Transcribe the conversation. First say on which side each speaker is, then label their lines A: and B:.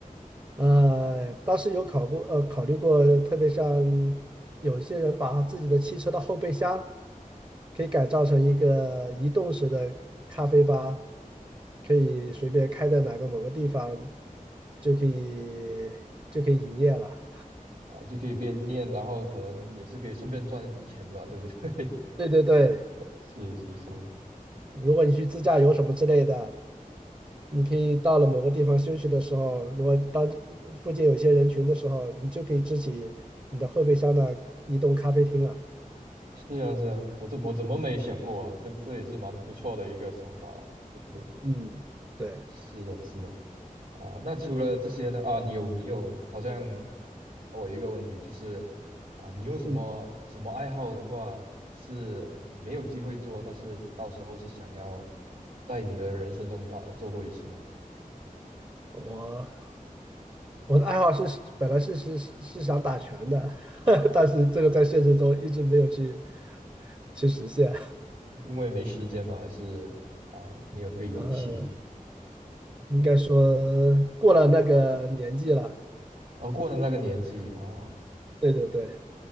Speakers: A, on the right (about 35°); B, on the right (about 80°).
A: 呃，当时有考过，呃，考虑过，特别像有些人把自己的汽车的后备箱可以改造成一个移动式的咖啡吧，可以随便开在哪个某个地方，就可以就可以营业了。
B: 啊，就可以边念，然后可能也是可以顺便赚一点钱吧，对不对？
A: <laughs> 对对对，
B: <laughs> 是是是，
A: 如果你去自驾游什么之类的，你可以到了某个地方休息的时候，如果当地附近有一些人群的时候，你就可以支起你的后备箱的移动咖啡厅了。
B: 是啊是啊，我怎么我怎么没想过啊？这这也是蛮不错的一个想法啊对不对？
A: 嗯，对。
B: 是的，是的啊。那除了这些呢？啊，你有你有，好像我有一个问题就是啊，你有什么什么爱好的话是没有机会做，
A: 嗯，
B: 但是到时候是想要在你的人生中到做过一次呢？
A: 我我的爱好是本来是是是想打拳的，<laughs> 但是这个在现实中一直没有去去实现。
B: 因为没时间吗？还是啊没有那个勇气？
A: 呃，应该说过了那个年纪了。
B: 啊，过了那个年纪啊
A: 对对对，